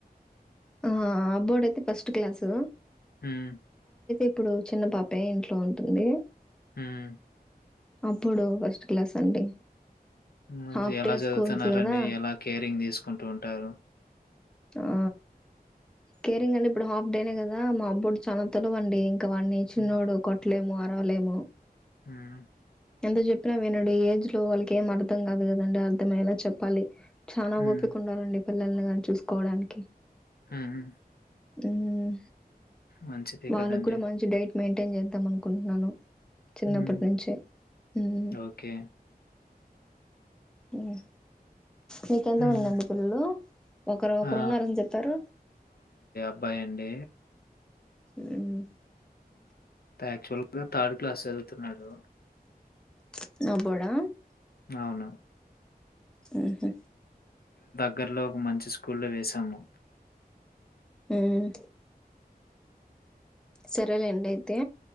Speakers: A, in the centre; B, on the left (about 75°).
A: ఆ అబ్బోడైతే ఫస్ట్ క్లాసూ
B: మ్మ్
A: ఇప్పుడు చిన్న పాపే ఇంట్లో ఉంటుంది
B: మ్మ్
A: అబ్బొడూ ఫస్ట్ క్లాస్ అండి
B: మరి
A: హాఫ్
B: ఎలా
A: డే
B: చదువుతున్నరండి
A: స్కూల్స్ గదా!
B: ఎలా కేరింగ్ తీస్ కుంటూంటారు
A: ఆ కేరింగ్ అండి ఇప్పుడు హాఫ్ డేనే గదా మా అబ్బోడు చాలా తెలువండి ఇంక వాన్ని చిన్నోడు
B: హ్మ్.
A: కొట్ లేము అరవలేము
B: మ్మ్
A: ఎంత చెప్పినా వినడు, ఈ ఏజ్ లో వాళ్ళకి ఏం అర్థం కాదు గదండి, అర్థమయ్యేలా చెప్పాలి చానా
B: హ్మ్.
A: ఓపిక ఉండాలండి పిల్లల్ని గని చూసుకోవడానికి
B: మ్మ్
A: మ్మ్
B: మంచిదే
A: వాళ్ళకు
B: కదండీ.
A: కూడా మంచి డైట్ మెంటేన్ చేద్దాం అనుకుంటున్నాను చిన్నప్పటి
B: హ్మ్.
A: నుంచి మ్మ్
B: ఓకే.
A: మ్మ్ నీకెంత
B: హ్మ్.
A: మందండి పిల్లలు ఒకరు ఒకరు
B: ఆ!
A: ఉన్నారని చెప్పారు
B: బ్బాయి అండి
A: మ్
B: యాక్చువల్‌గా థర్డ్ క్లాస్ ఏల్ తున్నాడు
A: ప్చ్ అబడా
B: అవును
A: మ్మహ్
B: గ్గర్లో ఒక మంచి స్కూల్ వేసాము
A: మ్మ్ సరే అండి అయితే